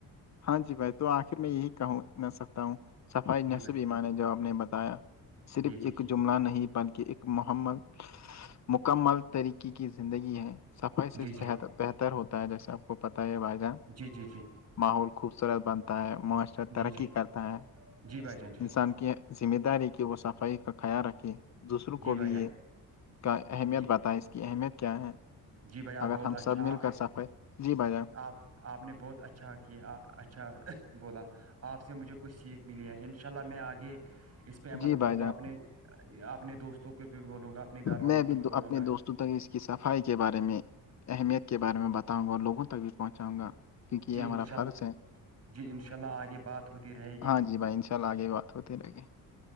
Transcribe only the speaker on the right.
جی
بھائی جان
جی جی
جی
جی
جی
جی جی جی
جی
جی
جی بھائی جان جی
جی
جی
بھائی
جان
جی
جی بھائی جان
بہت
اچھا
آپ
نے
آپ آپ نے بہت اچھا کیا اچھا بولا آپ سے مجھے کچھ سیکھ ملی ہے ان شاء اللہ میں آگے اس پہ عمل
کروں
گا اپنے اپنے دوستوں کو بھی بولوں گا اپنے گھر والوں
کو بھی
بولوں
گا
جی
انشاء اللہ
جی انشاء اللہ آگے بات ہوتی رہے گی